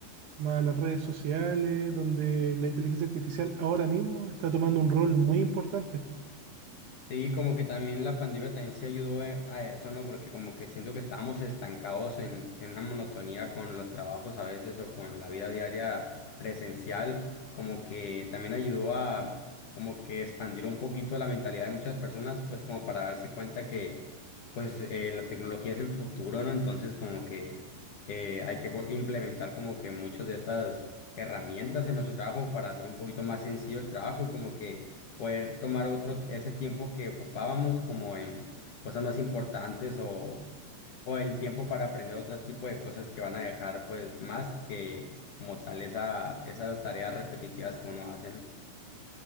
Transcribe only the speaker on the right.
más las redes sociales, donde la inteligencia artificial ahora mismo está tomando un rol muy importante.